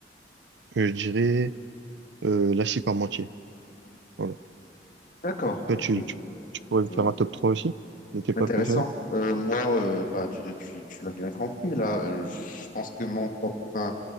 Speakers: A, on the right; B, on the left.
A: euh, je dirais euh, par parmentier. Voilà.
B: D'accord,
A: Toi,
B: ok.
A: tu, tu, tu pourrais me
B: Euh,
A: faire un top 3 aussi, de tes
B: intéressant.
A: plats préférés?
B: Euh, moi, euh, bah, tu, tu, tu l'as bien compris, là. euh, je pense que mon top un